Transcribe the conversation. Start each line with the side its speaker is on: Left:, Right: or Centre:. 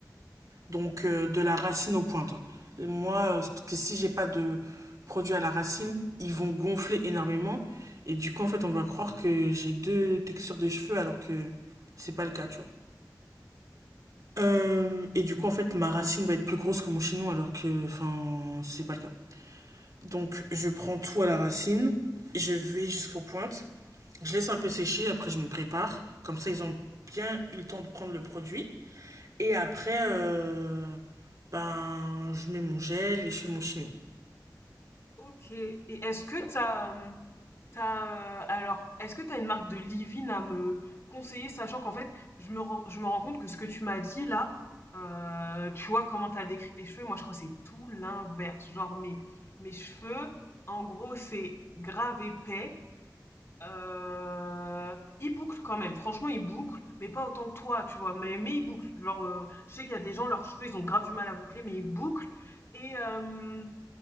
Right: donc euh, de la racine aux pointes. hein. Et Moi, euh, parce que si j'ai pas de produit à la racine, ils vont gonfler énormément, et du coup, en fait, on va croire que j'ai deux textures de cheveux, alors que c'est pas le cas, tu vois. Euh, et du coup, en fait, ma racine va être plus grosse que mon chignon, alors que, enfin, c'est pas le cas. Donc, je prends tout à la racine, je vais jusqu'aux pointes, je laisse un peu sécher, après je me prépare. Comme ça, ils ont bien eu le temps de prendre le produit. Et après, euh, ben, je mets mon gel et je fais mon chignon.
Left: Ok. Et est-ce que t'as, euh, T'as, euh, alors, est-ce que tu as une marque de leave-in à me conseiller, sachant qu'en fait, je me rends, je me rends compte que ce que tu m'as dit là, euh, tu vois comment tu as décrit tes cheveux, moi je crois que c'est tout l'inverse. Genre mes, mes cheveux, en gros, c'est grave épais. Euh, ils bouclent quand même, franchement ils bouclent, mais pas autant que toi, tu vois, mais, mais ils bouclent. Genre, euh, je sais qu'il y a des gens, leurs cheveux, ils ont grave du mal à boucler, mais ils bouclent. Et, euh,